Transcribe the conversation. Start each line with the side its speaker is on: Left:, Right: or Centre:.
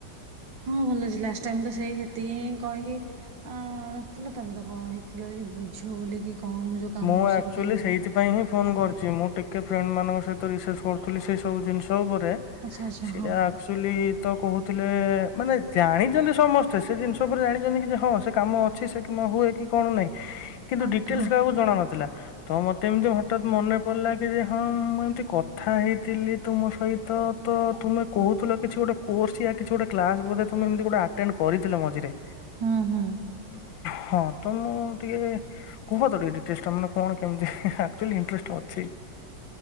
Right: ହଁ ଭଲ ଅଛି ଲାଷ୍ଟ ଟାଇମ ତ ସେଇ ହେତିକି ହିଁ କହିକି ଅ ରଥିଲ ତମେ ତ କହିଥିଲ କି ବୁଝ ବୋଲିକି। କଣ ଯୋଉ କାମ
Left: ମୁଁ
Right: ବିଷୟରେ
Left: ଆକ୍ଚୁଆଲି
Right: କହିଥିଲି
Left: ସେଇଥିପାଇ ହିଁ ଫୋନ କରିଛି ମୁଁ ଟିକେ ଫ୍ରେଣ୍ଡ ମାନଙ୍କ ସହିତ ରିସର୍ଚ କରୁଥିଲ ସେଇ ସବୁ ଜିନିଷ ତୋଉପରେ
Right: ଆଚ୍ଛା ଆଚ୍ଛା
Left: ସିଏ
Right: ହଁ
Left: ଆକଚୁଲି ତ କହୁଥିଲେ ମାନେ ଜାଣିଛନ୍ତି ସମସ୍ତେ ସେ ଜିନ ସେ ଉପରେ ଜାଣିଛନ୍ତି କି ଯେ ହଁ ସେ କାମ ଅଛି ସେ କାମ ହୁଏ କି କଣ ନାହିଁ। କିନ୍ତୁ
Right: ଆରେ
Left: ଡିଟେଲ୍ସ
Right: ହଁ।
Left: କାହାକୁ ଜଣା ନଥିଲା। ତ ମତେ ଏମିତି ହଠାତ୍ ମନେ ପଡିଲା କି ଯେ ହଁ ମୁଁ ଏମିତି କଥା ହେଇଥିଲି ତୁମ ସହିତ ତ ତ ତୁମେ କହୁଥିଲ କିଛି ଗୋଟେ କୋର୍ସୟା କିଛି ଗୋଟେ କ୍ଲାସ ବୋଧେ ତୁମେ ଏମିତି ଗୋଟେ ଆଟେଣ୍ଡ କରିଥିଲ ମଝିରେ।
Right: ହୁଁ ହୁଁ।
Left: ହଁ ତ ମୁଁ ଟିକେ। କୁହ ତ ଟିକେ ଡିଟେଲସ ଟା ମାନେ କଣ କେମିତି ଆକଚୁଆଲି ଇଣ୍ଟରେଷ୍ଟ ଅଛି।